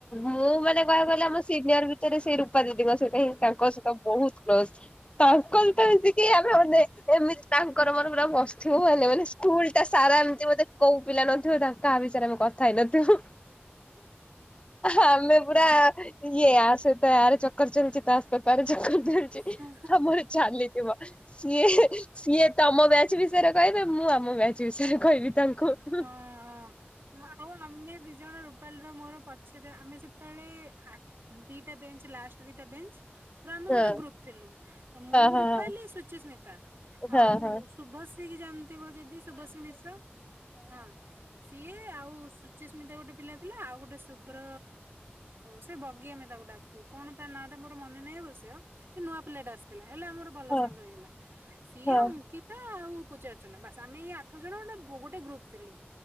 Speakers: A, on the left; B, on the right.
A: ମୁଁ ମାନେ କହିବାକୁ ଗଲେ ଆମ ସିନିୟର ଭିତରେ ସେଇ ରୂପା ଦିଦିଙ୍କ ସହିତ ହିଁ ତାଙ୍କ ସହିତ ବହୁତ କ୍ଲୋଜ। ତାଙ୍କ ଭିତରେ
B: ହୁଁ
A: ଯେ କି ଆମେ ଅନେକ। ଏମିତି ତାଙ୍କର ମର ପୁରା ବସିଥିବୁ ମାନେ ମାନେ ସ୍କୁଲ ଟା ସାରା ଏମିତି ମତେ କୋଉ ପିଲା ନଥିବେ ତାଙ୍କ ଆ--। ଆମେ କଥା ହେଇନଥିବୁ। ହଁ ମେ ପୁରା
B: ହଁ।
A: ଇଏ ସେତ ଆରେ ଚକର ଚାଲିଛି ତା ସହିତରେ ଚକର
B: ହଁ
A: ଆମର ଚାଲିଥିବ ସିଏ ସିଏ ତମ ବ୍ୟାଚ ବିଷୟରେ କହିବେ ମୁଁ ଆମ ବ୍ଯାଚ ବିଷୟରେ କହିବି ତାଙ୍କୁ। ଙ୍କୁ।
B: ହଁ ଆଉ ଆମେ ଦି ଜଣ ରୁ ରୂପାଲିର ମୋର ପଛରେ ଆମେ ଯେତେବେଳେ ଦିଟା ବେଞ୍ଚ ଲାଷ୍ଟ ଦିଟା ବେଞ୍ଚ ପୁରା ଆମେ
A: ହଁ
B: ଗୋଟେ ଗ୍ରୁପ ଥିଲୁ ମୁଁ
A: ହଁ
B: ରୂପାଲିି
A: ହଁ।
B: ସୁଚି ସ୍ମିତା
A: ହଁ
B: ଆଉ
A: ହଁ
B: ଶୁଭଶ୍ରୀ ସେଠିକି ଯାଆନ୍ତି। ତିବ ଯଦି ଶୁଭଶ୍ରୀ ମିଶ୍ର। ହଁ ସିଏ ଆଉ ସୁଚିସ୍ମିତା ଗୋଟେ ପିଲା ଥିଲା ଆଉ ଗୋଟେ ଶୁଭ୍ର ସେ ବଗିଆମେ ତାକୁ ଡାକୁ କଣ ତା ନାଁ ଟା ମୋର ମନେ ନାହିଁ ଅବଶ୍ୟ। ନୂଆ ପିଲାଟା ଆସିଥିଲା ହେଲେ ଆମର ଭଲ
A: ହଁ
B: ସାଙ୍ଗ ହେଇଗଲା ସିଏ
A: ହଁ ହଁ
B: ଅଙ୍କିତା ଆଉ ପୂଜାର୍ଚ୍ଚନା ବାସ୍ ଆମେ ଏଇ ଆଠ ଜଣ ଗୋଟେ ଗୋଟେ ଗ୍ରୁପ ଥିଲୁ।